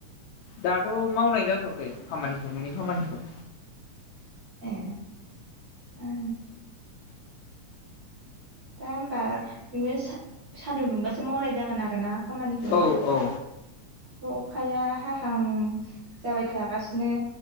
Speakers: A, on the left (about 80°); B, on the right (about 80°).
A: दाथ' मावनाय जाथ'वाखै खामानिखौ न'नि खामानिखौ
B: ए ओ दा होमबा नोङो सान्दुं दुंबासो मावनाय जागोन आरो ना? खामानिखौ
A: औ औ
B: अखाया हाहां जाबाय थागासिनो